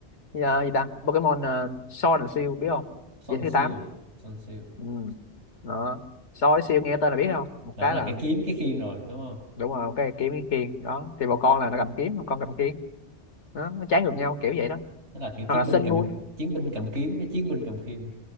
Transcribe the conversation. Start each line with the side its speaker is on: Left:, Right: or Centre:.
Left: <laughs> ờ, gì ta Pokemon uh, Sword and Shield biết không
Right: son
Left: Diễm
Right: siêu
Left: thứ tám
Right: son siêu
Left: ừ. đó Sword and Shield nghe tên là biết không một
Right: là
Left: cái
Right: nó là
Left: là
Right: cái kiếm cái khiên rồi đúng không
Left: đúng rồi một cái kiếm cái khiên đó thì một con là nó cầm kiếm một con cầm khiên đó, nó trái ngược nhau kiểu vậy đó
Right: nó là kiểu
Left: hoặc
Right: chiến
Left: là
Right: binh
Left: Sun
Right: cầm
Left: Moon
Right: chiến binh cầm kiếm với chiến binh cầm khiên